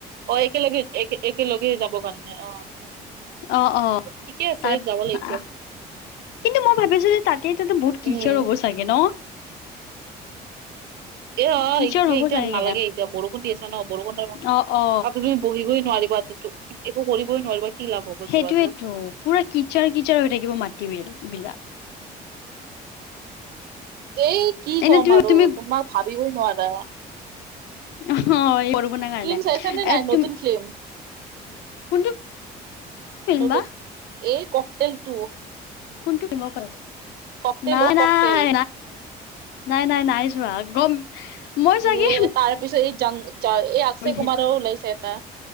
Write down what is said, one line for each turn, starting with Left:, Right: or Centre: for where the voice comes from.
Right: একেলগে একে-একেলগে যাব কাৰণে অ' আচ্ছা।
Left: অ অ
Right: ঠিকে আছে,
Left: তাৰ
Right: যাব লাগিছে।
Left: কিন্তু মই ভাবিছো যে তাতেটো বহুত
Right: উম
Left: কিচাৰ হ'ব চাগে ন'।
Right: অ'
Left: কিচাৰ
Right: এতিয়া-এতিয়া
Left: হ'ব চাগে
Right: নালাগে এতিয়া। বৰষুণ দি আছা ন' বৰষুণ টাইমত
Left: অ অ
Right: আৰু তুমি বহিবই নোৱাৰিবা তাতো, একো কৰিবই নোৱাৰিবা কি লাভ হ'ব
Left: সেইটোৱেটো
Right: জীৱনটো
Left: পুৰা কিচাৰ কিচাৰ হৈ থাকিব মাটি বিল-বিলাক।
Right: এই কি
Left: এনে
Right: ক'ম
Left: তুমি
Right: আৰু
Left: তুমি
Right: তোমাৰ ভাবিবই নোৱাৰা।
Left: হ' এই বৰষুণৰ কাৰণে,
Right: ফিল্ম চাইছা নে নাই
Left: এ
Right: নতুন
Left: তুম
Right: ফিল্ম
Left: <unintelligible>
Right: নতুন এই ককটেলটো
Left: কোনটো <unintelligible>
Right: ককটেল
Left: নাই
Right: অ ককটেল
Left: নাই। নাই নাই নাই যোৱা, গম মই চাগে
Right: এই তাৰপিছত এই জাং যা এই অক্ষয়
Left: বুলি
Right: কুমাৰৰ ওলাইছে এটা।